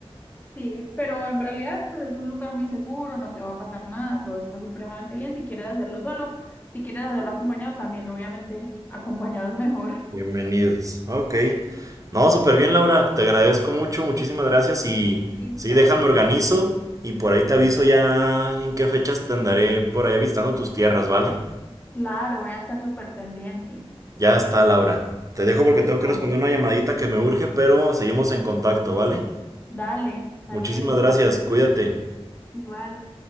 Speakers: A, on the left; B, on the right.
A: sí, pero en realidad, pues es un lugar muy seguro, no te va a pasar nada, todo está supremamente bien. Si quieres hacerlo solo, si quieres hacerlo acompañado, también obviamente acompañado es mejor.
B: Bienvenidos. Ok. No, súper bien, Laura. Te agradezco mucho, muchísimas gracias. Y
A: <laughs> Listo,
B: sí, déjame organizo y por ahí te aviso ya en qué fechas te andaré por allá visitando tus tierras, ¿vale?
A: claro, voy a estar súper pendiente.
B: Ya está, Laura. Te dejo
A: Listo,
B: porque tengo que responder una llamadita que me urge, pero seguimos en contacto, ¿vale?
A: dale, hasta
B: Muchísimas
A: luego,
B: gracias, cuídate.
A: igual.